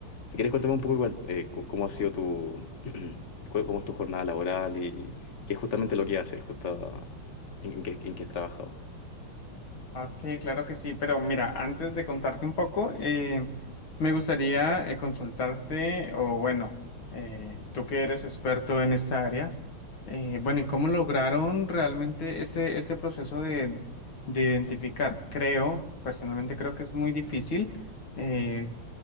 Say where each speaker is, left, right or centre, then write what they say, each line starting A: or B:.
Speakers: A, on the left; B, on the left.
A: Si quieres, cuéntame un poco igual eh, cu- cómo ha sido tu, <clears throat> cu- cómo es tu jornada laboral y, y qué es justamente lo que haces, justo en, en qué, en qué has trabajado.
B: Ok, claro que sí, pero mira, antes de contarte un poco, eh, me gustaría eh, consultarte, o bueno, eh, tú que eres experto en esta área, eh, bueno, ¿y cómo lograron realmente este, este proceso de, de identificar? Creo, personalmente creo que es muy difícil, eh,